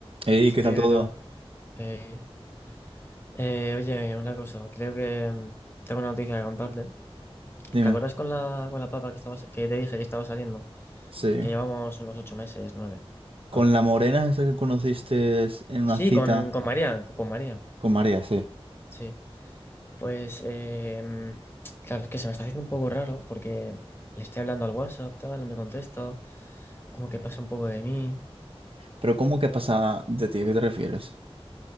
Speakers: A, on the right; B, on the left.
A: Ey,
B: Oye,
A: ¿qué tal todo?
B: pero, eh, eh, oye, una cosa, creo que mm, tengo una noticia que contarte.
A: Dime.
B: ¿Te acuerdas con la, con la papa que estaba, que te dije que estaba saliendo?
A: Sí.
B: Que llevamos unos ocho meses, nueve. Vale.
A: Con la morena esa que conociste en una
B: Sí,
A: cita
B: con, con María, con, con María,
A: con María, sí.
B: sí. Pues, eh, mm, claro, es que se me está haciendo un poco raro porque le estoy hablando al WhatsApp, tal, no me contesta, como que pasa un poco de mí.
A: Pero ¿cómo que pasa de ti? ¿A qué te refieres?